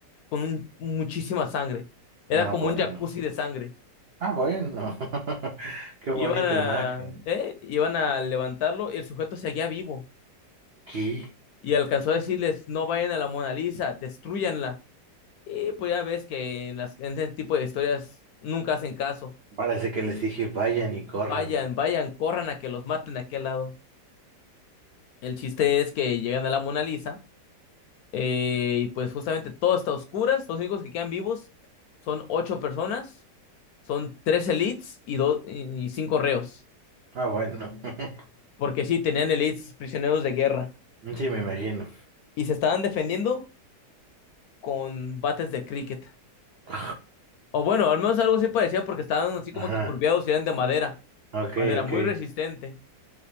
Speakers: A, on the left (about 70°); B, on the right (about 70°).
A: con un- muchísima sangre. Era
B: Ah,
A: como
B: bueno.
A: un jacuzzi de sangre.
B: Ah, bueno. <laughs> Qué bonita
A: Iban a,
B: imagen.
A: ¿eh? Iban a levantarlo, el sujeto seguía vivo
B: ¿Qué?
A: y alcanzó a decirles, no vayan a la Mona Lisa, destrúyanla. Y pues ya ves que en, las, en ese tipo de historias nunca hacen caso.
B: Parece que les dije vayan y corran.
A: Vayan, vayan, corran a que los maten a aquel lado. El chiste es que llegan a la Mona Lisa eh, y pues justamente todo está a oscuras, los únicos que quedan vivos son ocho personas, son tres elites y, do- y cinco reos.
B: Ah, bueno. <laughs>
A: porque sí, tenían elites prisioneros de guerra
B: Sí, me imagino.
A: y se estaban defendiendo con bates de cricket.
B: <sighs>
A: O bueno, al menos algo así parecía porque estaban así como
B: Ajá.
A: que curviados y eran de madera,
B: Ok,
A: madera
B: ok.
A: muy resistente.